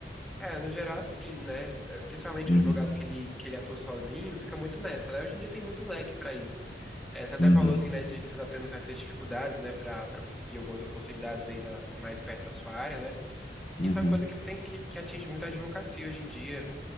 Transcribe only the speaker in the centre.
É, no geral, sim, né? Eh, Principalmente
o advogado que ele, que ele atua sozinho, fica muito nessa, né? Hoje em dia tem muito leque para isso. Eh, você até
falou, assim, né, de que você tá tendo certas dificuldades, né, para para conseguir algumas oportunidades aí na, mais perto da sua área, né?
Isso é uma coisa que tem que, que atinge muito a advocacia hoje em dia.